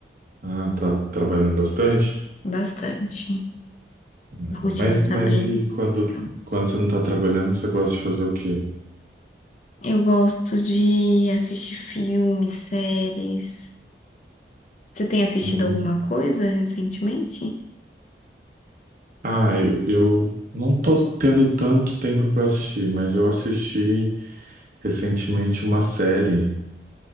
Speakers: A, on the right; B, on the left.
A: Ah, tá trabalhando bastante?
B: bastante.
A: Ah,
B: A rotina
A: Mas, mas
B: tá bem.
A: e quando,
B: então.
A: quando você não tá trabalhando, você gosta de fazer o quê?
B: Eu gosto de assistir filmes, séries. Você tem assistido
A: Hum.
B: alguma coisa recentemente?
A: Ah, eu, eu não tô tendo tanto tempo para assistir, mas eu assisti recentemente uma série,